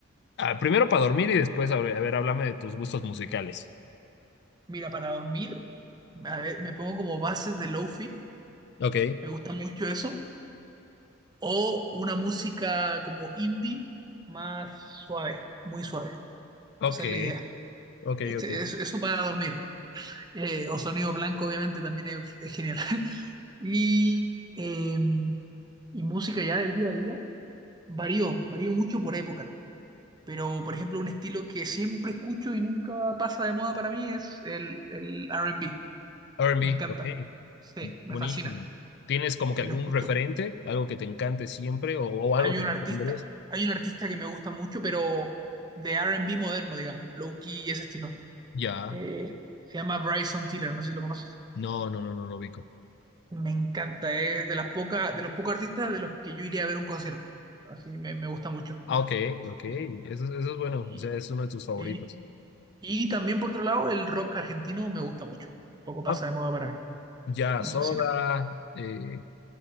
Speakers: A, on the left; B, on the right.
A: Ah, primero para dormir y después, a ver, a ver, háblame de tus gustos musicales.
B: Mira, para dormir, a ver, me pongo como bases de lofi,
A: Ok,
B: me gusta mucho eso, o una música como indie más suave, muy suave.
A: ok,
B: Esa es la idea.
A: ok,
B: Este,
A: ok.
B: es- eso para dormir. Eh, o sonido blanco, obviamente, también es es genial. <laughs> Y em, Y música ya del día a día varió, varió mucho por época. Pero, por ejemplo, un estilo que siempre escucho y nunca pasa de moda para mí es el, el R&B.
A: R&B,
B: Me encanta.
A: ok,
B: Sí, me
A: buenísimo.
B: fascina.
A: ¿Tienes como
B: Eh,
A: que algún
B: lo escucho.
A: referente, algo que te encante siempre o, o
B: Hay
A: algo que
B: un
A: no
B: artista,
A: pondrías?
B: hay un artista que me gusta mucho, pero de R&B moderno, digamos, low-key y ese estilo.
A: Ya,
B: Eh, se llama Bryson Tiller, no sé si lo conoces.
A: no, no, no, no lo ubico.
B: Me encanta, es de las pocas, de los pocos artistas de los que yo iría a ver un concierto. Así me, me gusta mucho.
A: Ah, ok, ok,
B: Eh,
A: eso, eso es bueno,
B: y,
A: o sea, es uno de tus favoritos.
B: sí. Y también, por otro lado, el rock argentino me gusta mucho. Poco pasa
A: Ah,
B: de moda para mí.
A: ya,
B: Me
A: Soda,
B: fascina.
A: eh,